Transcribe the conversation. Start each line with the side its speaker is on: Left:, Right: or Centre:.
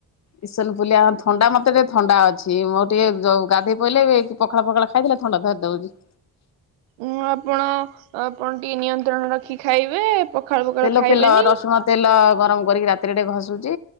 Left: ଇସନ ପୁଲିଆ ଥଣ୍ଡା ମତେ ଟିକେ ଥଣ୍ଡା ଅଛି, ମୋର ଟିକେ ଗାଧୋଇ ପଇଲେ ପଖାଳ ଫଖାଳ ଖାଇଦେଲେ, ଥଣ୍ଡା ଧରି ଦଉଛି।
Right: ଉଁ ଆପଣ, ଆପଣ ଟିକେ ନିୟନ୍ତ୍ରଣ ରଖି ଖାଇବେ, ପଖାଳ ପଖାଳ
Left: ତେଲ
Right: ଖାଇବେନି।
Left: ଫେଲ ରସୁଣ ତେଲ ଗରମ କରିକି ରାତିରେଟେ ଘଷୁଛି,